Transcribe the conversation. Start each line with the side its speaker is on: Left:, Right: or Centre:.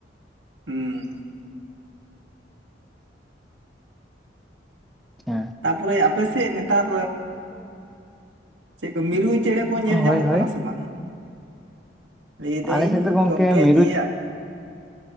Right: ᱦᱩᱸ
Centre: ᱟᱪᱪᱷᱟ
Right: ᱛᱟᱯᱚᱨᱮ ᱟᱯᱮᱥᱮᱫ ᱱᱮᱛᱟᱨ, ᱪᱮᱫ ᱠᱚ ᱢᱤᱨᱩ ᱪᱮᱬᱮ ᱠᱚ ᱠᱚ ᱧᱮᱞ ᱧᱟᱢᱚᱜ
Centre: ᱦᱳᱭ ᱦᱳᱭ
Right: ᱠᱟᱱᱟ ᱥᱮ ᱵᱟᱝ ᱞᱟᱹᱭ ᱫᱟᱹᱧ
Centre: ᱟᱞᱮ ᱥᱮᱫ ᱫᱚ
Right: ᱜᱚᱝᱠᱮ
Centre: ᱢᱤᱨᱩ
Right: ᱡᱮ